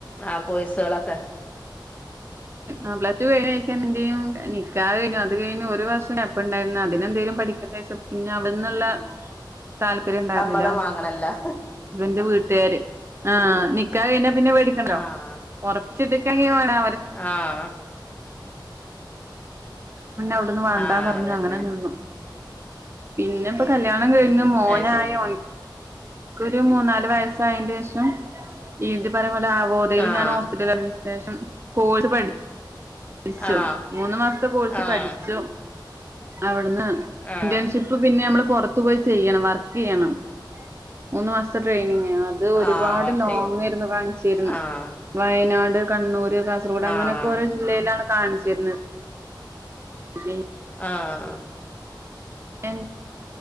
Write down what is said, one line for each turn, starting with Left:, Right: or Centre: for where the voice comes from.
Left: ആഹ കൊഴ്‌സകളൊക്കെ
Right: ആ പ്ലസ് കഴിഞ്ഞു എന്ത്ചെയും നിക്കാ കഴിഞ്ഞു അത് കഴിഞ്ഞ ഒരു വർഷം ഗ്യാപ് ഉണ്ടായിരുന്നു അതിനെന്തേലും പഠിക്ക പിന്നെ അവിടെന്നുള്ള താല്പര്യം ഉണ്ടായിരുന്നില്ല
Left: സമ്മതം വാങ്ങണല്ലോ
Right: ഹസ്ബൻന്റെ വീട്ടുകാര് ആ നിക്ക കഴിഞ്ഞ പിന്നെ മേടിക്കണ്ടോ
Left: ആഹ്
Right: ഉറപ്പിച്ചിട്ടക്ക <unintelligible> പിന്നെ
Left: ആഹ്
Right: അവിടന്ന് വേണ്ടാ
Left: ആഹ്
Right: പറഞ്ഞു
Left: അതന്നെ
Right: അങ്ങനെ നിന്നു പിന്നെ ഇപ്പോ കല്യാണം കഴിന്ന് മോനായ
Left: അത് ശരി
Right: ഓൻ ഒരു മൂന്ന നാല് വയസായതിന്റെ ശേഷം ഈ പറയ പോല ആ ഗോതയിൽ
Left: ആഹ്
Right: ഞാൻ ഹോസ്പിറ്റല ശേഷം കോഴ്സ് പഠിച്ചു
Left: ആഹ്
Right: മൂന്ന് മാസത്തെ കോഴ്സ്
Left: ആഹ്
Right: പഠിച്ചു അവിടുന്ന്
Left: ആഹ്
Right: ഇന്റേൺഷിപ്പ് പിന്നെ നമ്മൾ പുറത്ത പോയി ചെയ്യണം വർക്ക് ചെയ്യണം മൂന്ന് മാസത്തെ ട്രെയിനി അത് ഒരുപാട്
Left: ആഹ് വർക്ക്
Right: ലോങ്
Left: ചെയ്യണം
Right: ആയിരുന്നു കാണിച്ചിരുന്നു
Left: ആഹ്
Right: വയനാട് കണ്ണൂർ കാസർഗോഡ് അങ്ങനെയൊക്കെ
Left: ആഹ്
Right: ഒരു ജില്ലയിലാണ് കാണിച്ചു തരുന്നത് ഉം
Left: ആഹ
Right: എന്ത്‌